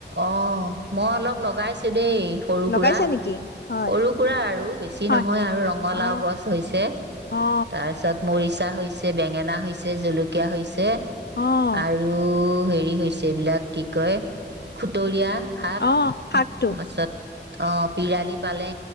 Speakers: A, on the right; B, on the left.
A: অ', মই অলপ লগাইছোঁ দেই সৰু
B: লগাইছা
A: সুৰা।
B: নেকি হয়
A: সৰু সুৰা আৰু বেছি
B: হয়
A: নহয় আৰু ৰঙালাও
B: অ
A: গছ হৈছে,
B: অ
A: তাছত মৰিছ ছা হৈছে, বেঙেনা হৈছে, জলকীয়া হৈছে
B: অ
A: আৰু হেৰি হৈছে, এইবিলাক কি কয় খুতৰীয়া শাক
B: অ', শাকটো।
A: তাৰপিছত অ', পিৰালি পালে